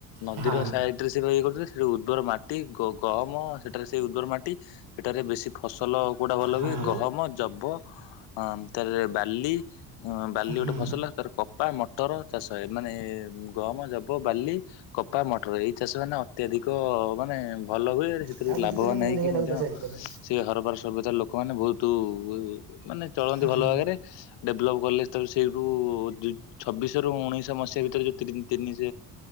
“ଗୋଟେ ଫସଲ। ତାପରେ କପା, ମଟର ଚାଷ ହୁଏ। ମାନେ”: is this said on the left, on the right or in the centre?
Left